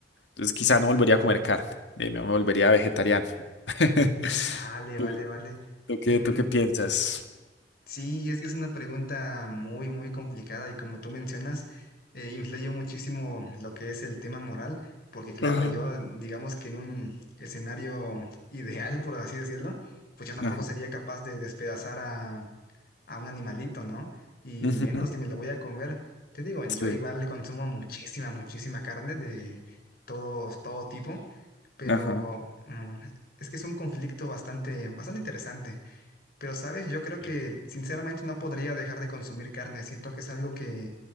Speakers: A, on the left; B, on the left.
A: Entonces, quizá no volvería a comer carne, eh, me volvería vegetariano. <laughs>
B: Vale, vale,
A: ¿Tú,
B: vale.
A: tú qué,
B: Mm,
A: tú qué piensas?
B: sí, es que es una pregunta muy, muy complicada y como tú mencionas, eh, influye muchísimo lo que es el tema moral, porque claro,
A: Ajá.
B: yo digamos que en un escenario ideal, por así decirlo, pues yo tampoco
A: Ajá.
B: sería capaz de despedazar a, a un animalito, ¿no? Y
A: ujú,
B: menos si me lo voy a comer. Te digo,
A: Sí.
B: yo igual consumo muchísima, muchísima carne de todo, todo tipo, pero
A: Ajá.
B: mm, es que es un conflicto bastante, bastante interesante. Pero, ¿sabes? Yo creo que
A: Bien.
B: sinceramente no podría dejar de consumir carne. Siento que es algo que